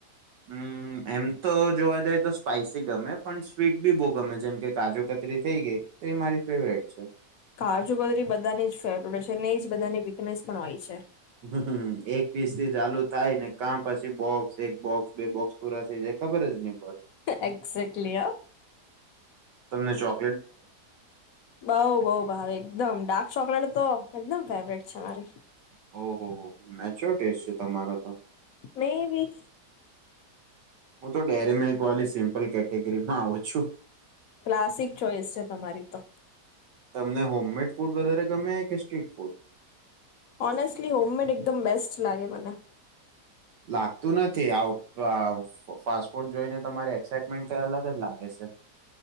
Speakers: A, on the right; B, on the left.
A: હમ એમ તો જોવા જઈએ તો સ્પાઈસી ગમે પણ સ્વીટ બી બહુ ગમે છે. જેમ કે કાજુ કતરી થઇ ગઈ. તે મારી. ફેવરેટ છે
B: કાજુ કાજુરી બધાની જ ફેવરેટ. અને ઇ જ બધાની વીકનેસ પણ હોય છે.
A: હ એક પીસ થી ચાલુ થાય ને કા પછી બોક્સ એક બોક્સ બે બોક્સ પુરા થઇ જાય ખબર જ નઇ.
B: એક્ઝેક્ટલી હ
A: તમને ચો.
B: બઉ બઉ ભાવે એકદમ ડા. ચોકલેટ તો એકદમ ફેવરેટ છે મારી.
A: ઓ હો હો મેચ્યોર ટેસ્ટ છે. તમારો તો
B: મેય બી.
A: હું તો ડેરી મિલ્કવાલી સિમ્પલ કેટેગરીમાં આવું છું.
B: ક્લાસિક ચોઈસ છે તમારી તો.
A: તમને હોમમેડ ફૂડ વધારે ગમે કે સ્ટ્રીટ ફૂડ.
B: ઓનેસ્ટલી હોમમેડ એકદમ બેસ્ટ લાગે મને.
A: લાગતું નથી આઉટ અહ ફાસ્ટ ફૂડ જોઈને તમારી એક્સાઈટમેન્ટ કઈ અલગ જ લાગે છે.